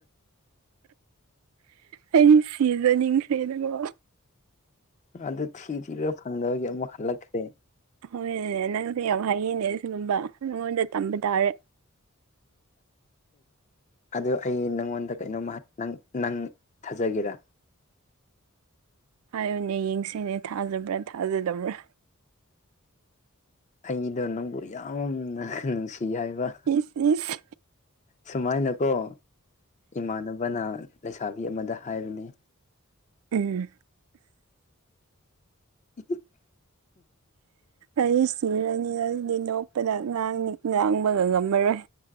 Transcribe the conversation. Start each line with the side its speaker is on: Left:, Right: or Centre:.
Right: ꯑꯩꯗꯤ ꯁꯤꯖꯅꯤꯡꯈ꯭ꯔꯦꯗꯀꯣ
Left: ꯑꯗꯨ ꯊꯤ ꯊꯤꯔꯒ ꯐꯪꯗꯕꯒꯤ ꯑꯃꯨꯛ ꯍꯜꯂꯛꯈ꯭ꯔꯦ꯫
Right: ꯍꯣꯏꯅꯦ ꯅꯪꯁꯦ ꯌꯥꯝ ꯍꯥꯏꯌꯦꯅꯦ ꯁꯤꯒꯨꯝꯕ ꯅꯪꯉꯣꯟꯗ ꯇꯝꯕ ꯇꯥꯔꯦ꯫
Left: ꯑꯗꯨ ꯑꯩ ꯅꯪꯉꯣꯟꯗ ꯀꯩꯅꯣꯝꯃ ꯅꯪ ꯅꯪ ꯊꯥꯖꯒꯦꯔ
Right: ꯍꯥꯏꯌꯨꯅꯦ ꯌꯦꯡꯁꯤꯅꯦ ꯊꯥꯖꯕ꯭ꯔꯥ ꯊꯥꯖꯗꯕ꯭ꯔꯥ
Left: ꯑꯩꯒꯤꯗꯣ ꯅꯪꯕꯨ ꯌꯥꯝꯅ ꯅꯨꯡꯁꯤ ꯍꯥꯏꯕ
Right: ꯑꯁ
Left: ꯁꯨꯃꯥꯏꯅꯀꯣ ꯏꯃꯥꯟꯅꯕꯅ ꯂꯩꯁꯥꯕꯤ ꯑꯃꯗ ꯍꯥꯏꯕꯅꯦ
Right: ꯎꯝ
Left: <unintelligible>
Right: ꯑꯩ ꯁꯤꯔꯅꯤ ꯑꯗꯨꯗꯤ ꯂꯣꯛꯄꯗꯥꯡ ꯉꯥꯡꯕꯒ ꯉꯝꯃꯔꯣꯏ